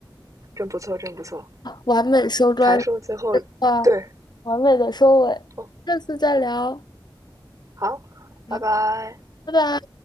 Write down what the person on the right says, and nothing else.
真不错，真不错。
才说最后，
对，
哦，
好，拜拜。